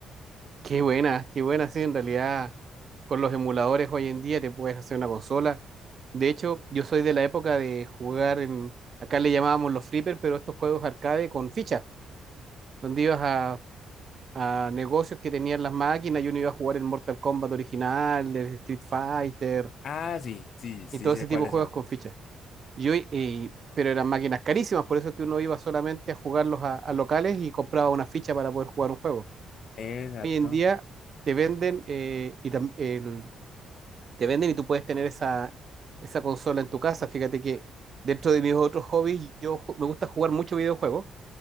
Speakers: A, on the right (about 45°); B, on the left (about 60°).
A: Qué buena, qué buena, sí, en realidad con los emuladores hoy en día te puedes hacer una consola. De hecho, yo soy de la época de jugar en, acá le llamábamos los flippers, pero estos juegos arcade con fichas, donde ibas a, a negocios que tenían las máquinas y uno iba a jugar el Mortal Kombat original, el Street Fighter,
B: Ah, sí, sí, sí
A: y todo
B: sé
A: ese tipo
B: cuáles
A: de juegos
B: son.
A: con fichas. Y hoy, eh, pero eran máquinas carísimas, por eso es que uno iba solamente a jugarlos a, a locales y compraba una ficha para poder jugar un juego.
B: Exacto.
A: Hoy en día te venden, eh, y tam- el- te venden y tú puedes tener esa, esa consola en tu casa. Fíjate que dentro de mis otros hobbies, yo ju- me gusta jugar mucho videojuegos